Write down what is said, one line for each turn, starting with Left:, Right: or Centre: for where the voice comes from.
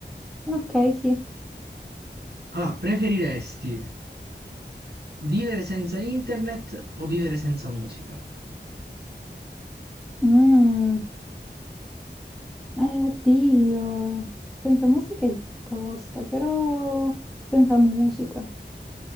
Centre: Ok, sì.
Right: Allora, preferiresti vivere senza internet o vivere senza musica?
Centre: Mm. Eh, oddio. Senza musica è tosta, però senza musica.